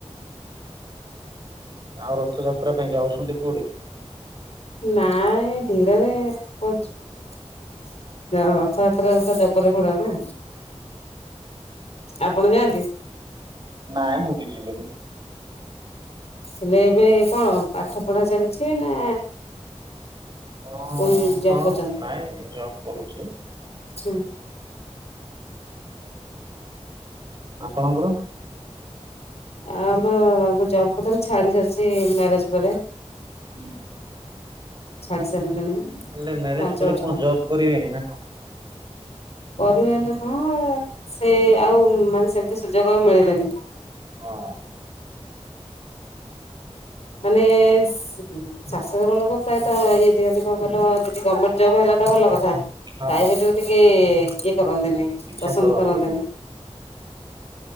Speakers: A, on the right; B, on the left.
A: ଆଉ ରଥଯାତ୍ରା ପାଇଁ ଯାଉଚନ୍ତି ପୁରୀ?
B: ନାଇଁ ଭିଡରେ କୁଆଡେ ଯିବା। <unintelligible> ରଥଯାତ୍ରାକୁ ତ ଜବର ଭଡ ନା। ଆପଣ ଯାଆନ୍ତି?
A: ନାଇଁ ମୁଁ ବି ଯିବିନି।
B: ହେଲେ ଏବେ କଣ ପାଠ ପଢା ଚାଲିଚି ନା
A: ହଁ -ହଁ
B: କୋଉଠି ଜବ୍ କରୁଛନ୍ତି?
A: ନାଇଁ ଜବ୍ କରୁଚି।
B: <inaudible>
A: ଆପଣଙ୍କର?
B: ଆ- ବୁ-ମୁଁ ଜବ୍ କରୁଥିଲି ଛାଡି ସାରିଚି ମ୍ୟାରେଜ୍ ପରେ।
A: ହୁଁ।
B: ଛାଡି ସାରିଲିଣି।
A: ହେଲେ ମ୍ୟାରେଜ୍
B: ପାଞ୍ଚ
A: ପରେ
B: ବର୍ଷ
A: କଣ ଜବ୍ କରିବେନି ନା କଣ?
B: କରିବା ଟା ନୁହଁ ସେ ଆଉ ମାନେ ସେମିତି ସୁଯୋଗ ଆଉ ମିଳିଲାନି।
A: ହଁ।
B: ମାନେ ସ୍ ଶାଶୁଘର ଲୋକ ପ୍ରାୟତ ଇଏ ଦିଅନ୍ତି କଣ କହିଲ ଯଦି ଗମେଣ୍ଟ୍ ଜବ୍ ହେଲା ତ ଭଲ କଥା।
A: ହଁ
B: ପ୍ରାଇଭେଟ୍ କୁ ଟିକେ ଇଏ କରନ୍ତିନି
A: ଇଚ୍ଛା
B: ପସନ୍ଦ୍
A: କରନ୍ତି
B: କରନ୍ତିନି।
A: ନା।